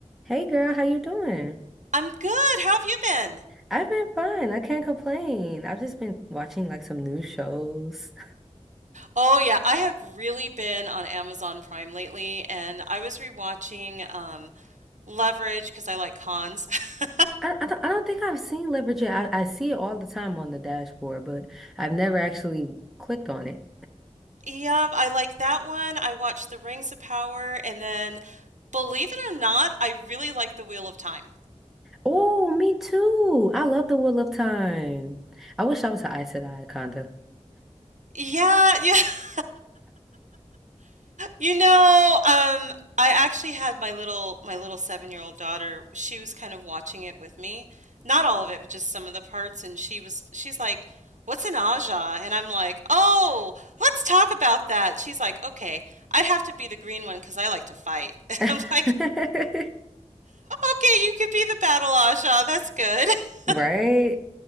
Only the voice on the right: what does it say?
I'm good. How have you been?
Oh yeah, I have really been on Amazon Prime lately, and I was rewatching um, Leverage because I like cons. <laughs>
Yep, I like that one. I watched The Rings of Power, and then believe it or not, I really like The Wheel of Time.
Yeah, yeah. <laughs> You know, um, I actually had my little my little seven-year-old daughter. She was kind of watching it with me. Not all of it, but just some of the parts. And she was she's like,
"What's an aja?" And I'm like, "Oh, let's talk about that." And she's like, "Okay, I'd have to be the green one because I like to fight." <laughs>
I'm like, "Okay, you could be the battle aja. That's good." <laughs>